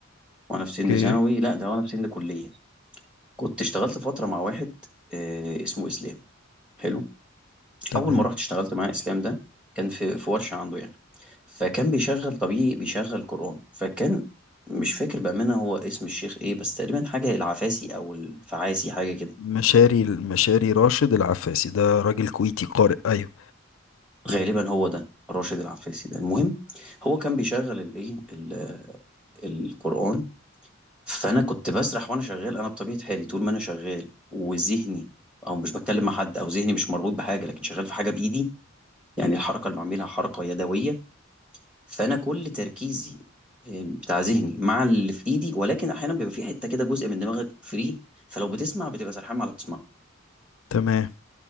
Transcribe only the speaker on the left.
اوكي
تمام
مشاري مشاري راشد العفاسي ده راجل كويتي قارئ أيوه
تمام